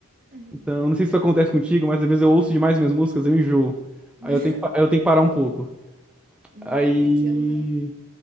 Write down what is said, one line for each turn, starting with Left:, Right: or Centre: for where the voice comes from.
Right: Uhum.
Centre: Então, não sei se isso acontece contigo, mas às vezes eu ouço demais minhas músicas, eu enjoo.
Right: <laughs>
Centre: Aí eu tenho que, pa- eu tenho que parar um pouco.
Right: Não,
Centre: Aí.
Right: até que eu não.